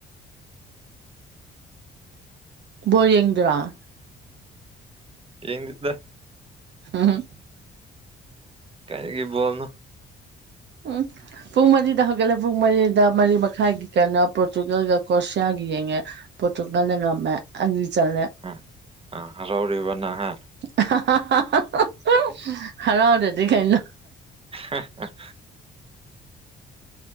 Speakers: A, on the right; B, on the right.
A: ꯕꯣꯜ ꯌꯦꯗ꯭ꯔꯥ
B: ꯌꯦꯡꯗ
A: ꯍ
B: ꯀꯥꯏꯗꯒꯤꯣꯜꯅꯣ
A: ꯎꯝ ꯄꯨꯡ ꯃꯔꯤꯗ ꯍꯧꯒꯠꯂꯦ ꯄꯨꯡ ꯃꯔꯤꯗ ꯃꯔꯤ ꯃꯈꯥꯏꯒꯤ ꯀꯧꯅꯥ ꯄꯣꯔꯇꯨꯒꯜꯒ ꯀ꯭ꯔꯣꯁꯤꯌꯥꯒ ꯌꯦꯡꯉꯦ ꯄꯣꯔꯇꯨꯒꯜꯅ ꯉꯝꯃꯦ ꯑꯅꯤ ꯆꯜꯂꯦ
B: ꯎ ꯑꯥ ꯍꯔꯥꯎꯔꯤꯕ ꯅꯪ ꯍꯥ
A: <unintelligible> ꯍꯔꯥꯎꯗ꯭ꯔꯗꯤ ꯀꯩꯅꯣ
B: <unintelligible>